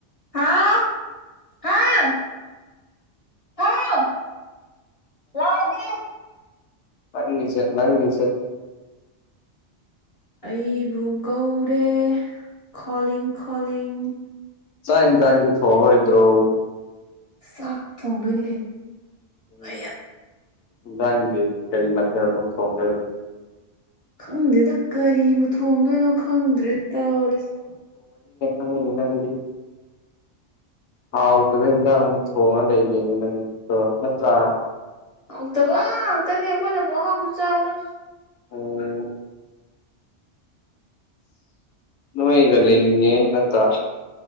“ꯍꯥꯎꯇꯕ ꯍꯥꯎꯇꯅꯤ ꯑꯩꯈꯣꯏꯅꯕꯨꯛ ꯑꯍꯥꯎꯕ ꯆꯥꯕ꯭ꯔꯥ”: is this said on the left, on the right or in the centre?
Left